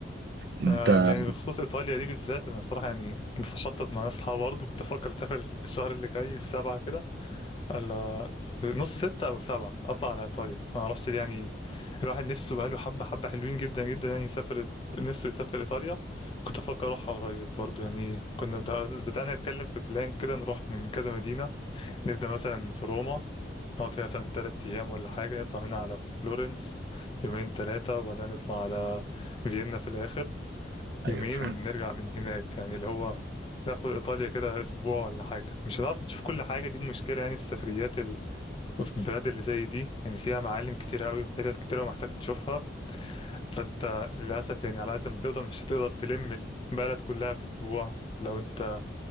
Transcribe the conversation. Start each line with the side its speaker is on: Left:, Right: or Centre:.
Right: أنت
Left: آه، يعني بخصوص إيطاليا دي بالذات أنا صراحة يعني بخطط مع ناس صحابي برضه كنت أفكر أسافر الشهر اللي جاي في سبعة كده ولا في نص ستة أو سبعة أطلع على إيطاليا ما أعرفش ليه يعني الواحد نفسه بقاله حبة حبة حلوين جدا جدا يعني يسافر نفسه يسافر إيطاليا كنت أفكر أروحها قريب برضه يعني كنا بدأ- بدأنا نتكلم في بلان كده نروح من كذا مدينة نبدأ مثلا في روما نقعد فيها مثلا تلات أيام ولا حاجة نطلع منها على فلورنس يومين تلاتة وبعدين نطلع على فيينا في الآخر يومين
Right: أيوه فاهم
Left: ونرجع من هناك يعني اللي هو ناخد إيطاليا كده أسبوع ولا حاجة مش هنعرف نشوف كل حاجة دي مشكلة يعني في السفريات ال... وفي البلاد اللي زي دي يعني فيها معالم كتيرة قوي وحتت كتيرة ومحتاج تشوفها فأنت للأسف يعني على قد ما تقدر مش هتقدر تلم البلد كلها في أسبوع لو أنت